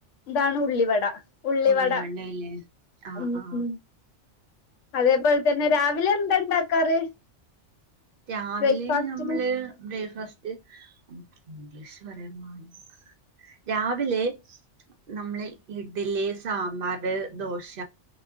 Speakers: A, on the left (about 80°); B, on the right (about 60°).
A: ഇതാണ് ഉള്ളിവട ഉള്ളിവട
B: ഉള്ളിവടേ ലേ. ആ,
A: ഉം
B: ആ
A: ഉം അതേപോലെ തന്നെ രാവിലെ എന്താ ഇണ്ടാക്കാറ്?
B: രാവിലെ
A: ബ്രേക്ക്ഫാസ്റ്റിന്
B: നമ്മള് ബ്രേക്ക്ഫാസ് ഇംഗ്ലീഷ് പറയാൻ പാടില്ല. രാവിലെ നമ്മള് ഇഡ്ലി, സാമ്പാറ്, ദോശ